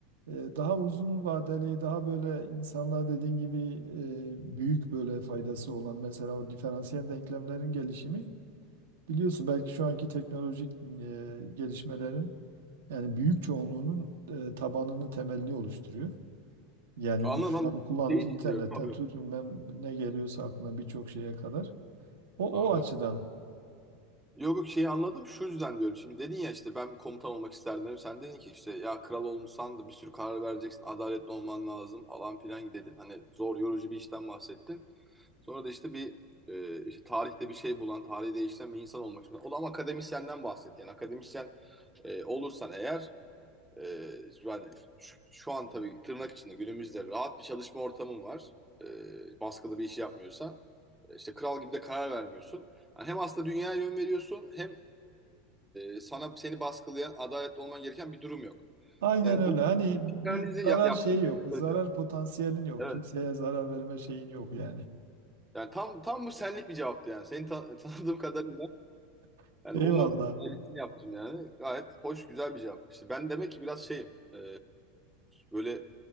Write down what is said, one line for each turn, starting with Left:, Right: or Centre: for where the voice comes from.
Right: E, Daha uzun vadeli, daha böyle insanlığa dediğin gibi e, büyük böyle faydası olan mesela o diferansiyel denklemlerin gelişimi biliyorsun belki şu anki teknolojik e, gelişmelerin yani büyük çoğunluğunun e, tabanını, temelini oluşturuyor. Yani
Centre: anladım
Right: bu şu
Centre: anladım.
Right: an kullandığımız
Centre: Şey için
Right: internetten
Centre: diyorum. Abi yok.
Right: tut bilmem ne geliyorsa aklına birçok şeye kadar. O
Centre: Aha.
Right: o açıdan
Centre: Yok yok şeyi anladım. Şu yüzden diyorum. Şimdi dedin ya işte ben bir komutan olmak isterdim. dedim. Sen dedin ki işte ya kral olmuşsan da bir sürü karar vereceksin. Adaletli olman lazım falan filan dedin. Hani zor yorucu bir işten bahsettin. Sonra da işte bir e, işte tarihte bir şey bulan, tarihi değiştiren bir insan olmak istiyor. O da ama akademisyenden bahsetti. Yani akademisyen e, olursan eğer e, yani şu, şu an tabii tırnak içinde günümüzde rahat bir çalışma ortamın var. E, baskılı bir iş yapmıyorsan. E, işte kral gibi de karar vermiyorsun. Yani hem aslında dünyaya yön veriyorsun hem e, sana seni baskılayan, adaletli olman gereken bir durum yok.
Right: aynen
Centre: Yani
Right: öyle.
Centre: bu
Right: Hani bir
Centre: analizi
Right: zarar
Centre: yap- yaptım
Right: şey yok.
Centre: kısaca.
Right: Zarar potansiyelin yok.
Centre: Evet.
Right: Kimseye zarar verme şeyin yok yani.
Centre: Yani tam tam bu senlik bir cevaptı yani. Seni ta- tanıdığım kadarıyla
Right: <laughs>
Centre: Yani
Right: Eyvallah.
Centre: onu analizini yaptım yani. Gayet hoş, güzel bir cevap. İşte ben demek ki biraz şeyim. e, böyle